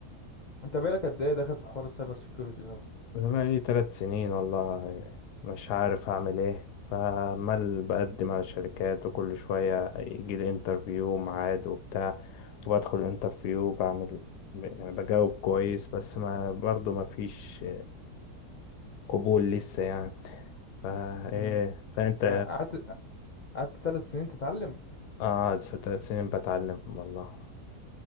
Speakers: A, on the left (about 45°); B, on the left (about 85°).
A: انت بقالك قد ايه داخل في حوار السايبر سيكيورتي ده
B: أنا بقالي تلات سنين والله مش عارف أعمل إيه فعمال بقدم على شركات وكل شوية يجيلي انترفيو ميعاد وبتاع وبدخل الانترفيو بعمل يعني بجاوب كويس بس ما برضه مفيش قبول لسه يعني فا إيه
A: مم.
B: فأنت
A: يعني قعدت قعدت ثلاث سنين تتعلم
B: قعد ثلاث سنين بتعلم والله